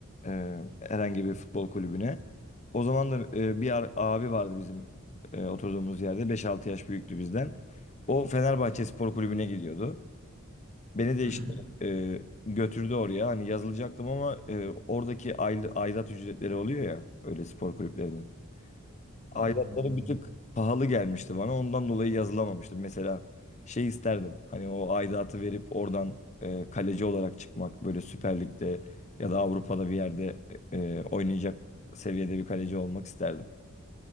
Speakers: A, on the left; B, on the right.
A: E, herhangi bir futbol kulübüne. O zaman da e, bir ar- abi vardı bizim e, oturduğumuz yerde Beş-altı yaş büyüktü bizden. O Fenerbahçe Spor Kulübü'ne gidiyordu. Beni de
B: Hı hı.
A: işte e, götürdü oraya. Hani yazılacaktım ama e, oradaki aylı, aidat ücretleri oluyor ya öyle spor kulüplerinin.
B: Hmm.
A: Aidatları bir tık pahalı gelmişti bana. Ondan dolayı yazılamamıştım. Mesela şey isterdim. Hani o aidatı verip oradan e, kaleci olarak çıkmak. Böyle Süper Lig'de ya da Avrupa'da bir yerde e, oynayacak seviyede bir kaleci olmak isterdim.